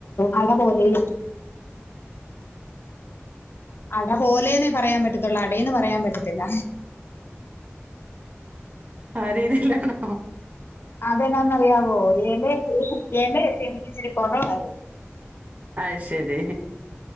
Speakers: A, on the left; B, on the right.
A: അട പോലെയും അട പോലെന്നേ പറയാൻ പറ്റത്തുള്ളൂ അടേന്ന് പറയാൻ പറ്റത്തില്ല
B: ആ രീതില്ലാണോ
A: അതെ എന്നാന്നറിയാവോ എലേ <unintelligible> ച്ചിരി കൊറവായിരുന്നു
B: അയ്ശരി